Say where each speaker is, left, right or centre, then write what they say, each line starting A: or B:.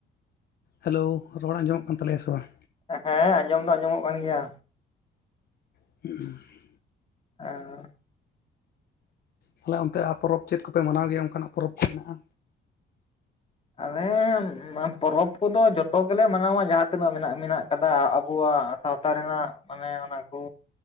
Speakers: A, on the left; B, on the left.
A: ᱦᱮᱞᱳ ᱨᱚᱲ ᱟᱡᱚᱢᱚᱜ ᱠᱟᱱ ᱛᱟᱞᱮᱭᱟ ᱥᱮ ᱵᱟᱝ?
B: ᱦᱮ ᱟᱡᱚᱢ ᱫᱚ ᱟᱡᱚᱢᱚᱜ ᱠᱟᱱ ᱜᱮᱭᱟ᱾
A: <unintelligible>
B: ᱦᱮᱸ
A: ᱛᱟᱦᱞᱮ ᱚᱱᱛᱮ ᱯᱚᱨᱚᱵᱽ ᱪᱮᱫ ᱠᱚᱯᱮ ᱢᱟᱱᱟᱣ ᱜᱮᱭᱟ ᱚᱱᱠᱟᱱᱟᱜ ᱯᱚᱨᱚᱵᱽ ᱠᱚ ᱢᱮᱱᱟᱜᱼᱟ?
B: ᱟᱞᱮ ᱯᱚᱨᱚᱵᱽ ᱠᱚᱫᱚ ᱡᱚᱛᱚ ᱜᱮᱞᱮ ᱢᱟᱱᱟᱣᱟ ᱡᱟᱦᱟᱸ ᱛᱤᱱᱟᱹᱜ ᱢᱮᱱᱟᱜ ᱢᱮᱱᱟᱜ ᱠᱟᱫᱟ ᱟᱵᱚᱣᱟᱜ᱾ ᱥᱟᱶᱛᱟ ᱨᱮᱱᱟᱜ ᱢᱟᱱᱮ ᱚᱱᱟ ᱠᱚ